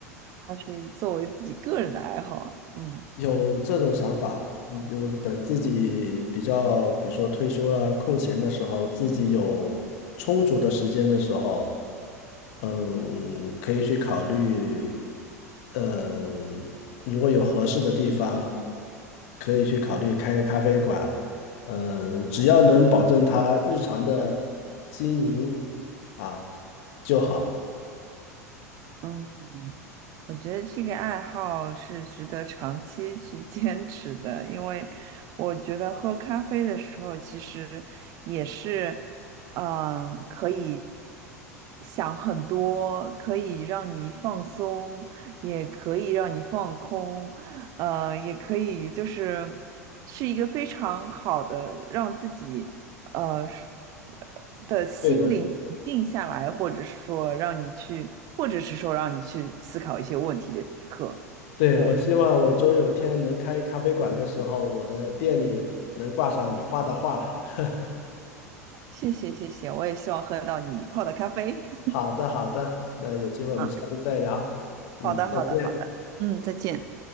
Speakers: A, on the right (about 40°); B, on the left (about 55°).
A: 还是作为自己个人的爱好？嗯。
B: 有这种想法，嗯，就是等自己比较，比如说退休了、空闲的时候，自己有充足的时间的时候，嗯，可以去考虑，嗯，如果有合适的地方，可以去考虑开个咖啡馆，嗯，只要能保证他日常的经营啊就好。
A: 嗯，我觉得这个爱好是值得长期去 <laughs> 坚持的，因为我觉得喝咖啡的时候，其实也是，嗯，可以想很多，可以让你放松，也可以让你放空，呃，也可以，就是是一个非常好的让自己呃是的心灵平静下来，
B: 对的。
A: 或者是说让你去，或者是说让你去思考一些问题的时刻。
B: 对，
A: 对，
B: 我希望我终有天能开咖啡馆的时候，我的店里能挂上你画的画。<laughs>
A: 谢谢谢谢，我也希望喝到你泡的咖啡。<laughs>
B: 好的，好的，那有机会我们下次再聊。
A: 嗯，
B: 嗯，
A: 好的好的好的，
B: 再见。
A: 嗯，再见。